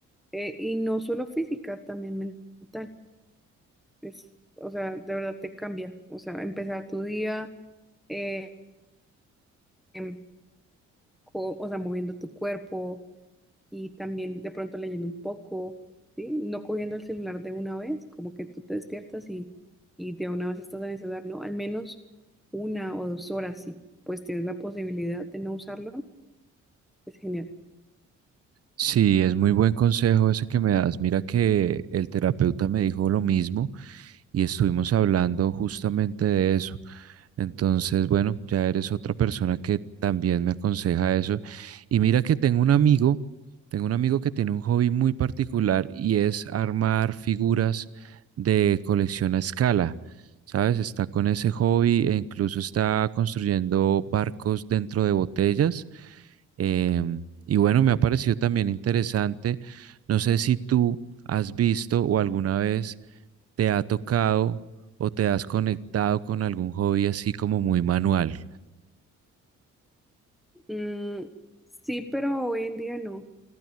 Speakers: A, in the centre; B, on the right (about 50°).
A: Eh, y no solo física, también mental. Es, o sea, de verdad te cambia. O sea, empezar tu día, eh, em, co- o sea, moviendo tu cuerpo y también de pronto leyendo un poco, ¿sí? No cogiendo el celular de una vez, como que tú te despiertas y, y de una vez estás en el celular, ¿no? Al menos una o dos horas, si pues tienes la posibilidad de no usarlo, es genial.
B: Sí, es muy buen consejo ese que me das. Mira que el terapeuta me dijo lo mismo y estuvimos hablando justamente de eso. Entonces, bueno, ya eres otra persona que también me aconseja eso. Y mira que tengo un amigo, tengo un amigo que tiene un hobby muy particular y es armar figuras de colección a escala. ¿Sabes? Está con ese hobby e incluso está construyendo barcos dentro de botellas. Em, y bueno, me ha parecido también interesante. No sé si tú has visto o alguna vez te ha tocado o te has conectado con algún hobby así como muy manual.
A: Mm, sí, pero hoy en día no.